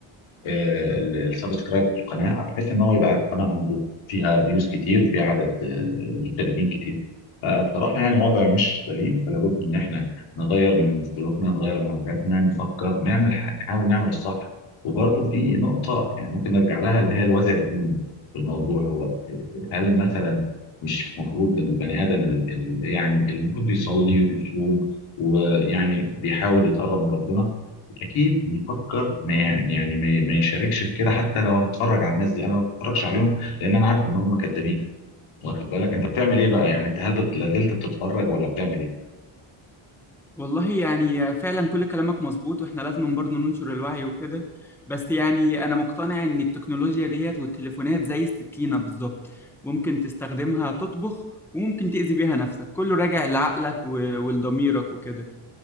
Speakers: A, on the left (about 70°); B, in the centre.
A: والسبسكرايب في القناه بحيث ان هو يبقى القناه عنده فيها فيوز كتير وفيها عدد آه، مشتركين كتير فبصراحه يعني وضع مش سليم فلا بد ان احنا نغير من سلوكنا نغير من عاداتنا نفكر نعمل ح- نحاول نعمل الصح وبرضه في نقطه يعني ممكن نرجع لها اللي هي الوازع الديني في الموضوع هو هل مثلا مش المفروض ان البني ادم ال- ال- يعني المفروض يصلي ويصوم ويعني بيحاول يتقرب من ربنا اكيد بيفكر ما يعني ما ما يشاركش في كده حتى لو هتفرج على الناس دي انا ما بتفرجش عليهم لان انا عارف ان هم كدابين واخد بالك انت بتعمل ايه بقى يعني انت هل بت- لازلت بتتفرج ولا بتعمل ايه
B: والله يعني فعلا كل كلامك مظبوط واحنا لازم برضه ننشر الوعي وكده بس يعني انا مقتنع ان التكنولوجيا ديت والتليفونات زي السكينة بالظبط ممكن تستخدمها تطبخ وممكن تأذي بيها نفسك كله راجع لعقلك و- ولضميرك وكده